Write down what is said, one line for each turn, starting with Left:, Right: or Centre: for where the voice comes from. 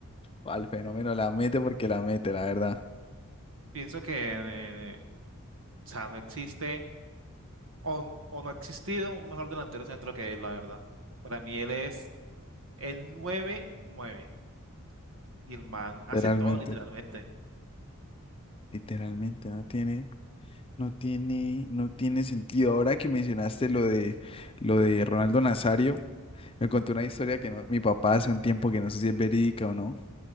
Left: Al fenómeno la mete porque la mete, la verdad.
Right: Pienso que, eh, o sea, no existe o, n- o no ha existido un mejor delantero centro que él, la verdad. Para mí él es el nueve nueve. y el man hace
Left: Literalmente.
Right: todo literalmente.
Left: Literalmente, no tiene, no tiene, no tiene sentido. Ahora que mencionaste lo de lo de Ronaldo Nazario, me contó una historia que no- mi papá hace un tiempo que no sé si es verídica o no